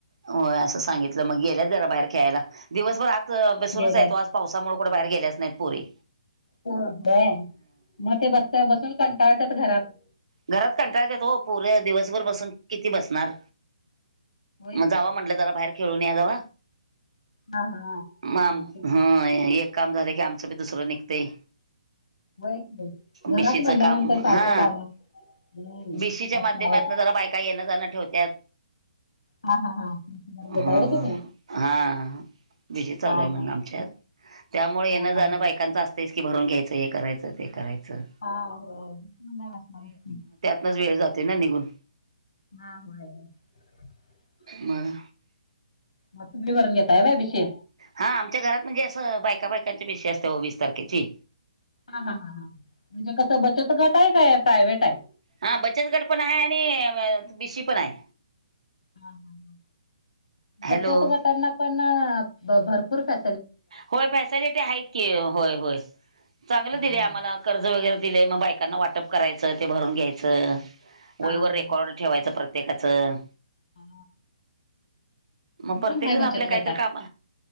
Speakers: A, on the right; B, on the left.
A: होय असं सांगितलं मग गेल्यात जरा बाहेर खेळायला. दिवसभर आज बसूनच
B: गेल्यात
A: आहेत आज पावसामुळे कुठे बाहेर गेल्याच नाहीत पोरीे.
B: होय काय मग ते बसत बसून कंटाळतात घरात
A: घरात कंटाळत्यात हो पूर दिवसभर बसून किती बसणार.
B: होय की.
A: मग जाव म्हंटलं जरा बाहेर खेळून या जाव.
B: हा हा
A: मग आम
B: होय
A: हा एक काम झालं की आमचं बी दुसरं निघतय.
B: की घरात
A: भिशीचं
B: म्हणल्यानंतर
A: काम
B: सारखं
A: हा.
B: काम हम्म
A: भिशीच्या
B: असणारच
A: माध्यमातन जरा बायका येण जाणं ठेवत्यात
B: हा हा हा घेताय
A: हा
B: व्हय तुम्ही
A: हा भिशी चालू
B: हा
A: आहे मग
B: हा
A: आमच्यात. त्यामुळे
B: हा
A: येनं
B: हा
A: जाणं
B: हा
A: बायकांचं असतयस की भरून घ्यायचं हे करायचं ते करायचं.
B: हा हो. <unintelligible>
A: म वेळ जाते ना निघून
B: हा होय. <unintelligible>
A: मग
B: मग तुम्ही भरून घेताय व्हय भिशी.
A: हा आमच्या घरात म्हणजे असं बायका बायकांची भिशी असते व वीस तारखेची.
B: हा हा ह हां म्हणजे कसं बचत गट आहे काय प्रायव्हेट आहे.
A: हा बचतगड पण आहे आणि बीशी पण आहे.
B: ह ह
A: हॅलो
B: बचत गटांना पण भरपूर फॅ
A: होय फॅसलिटी आहेत की होय होय. चांगलं
B: हा
A: दिलंय आम्हाला कर्ज वगैरे दिलेय मग बायकांना वाटप करायचं ते भरून घ्यायचं.
B: हा
A: वईवर
B: हा.
A: रेकॉर्ड ठेवायचं प्रत्येकाचं.
B: हा आम्ही
A: मग प्रत्येक
B: पण आहे
A: जण
B: बचत
A: आपल्या काहीतरी
B: गटात.
A: काम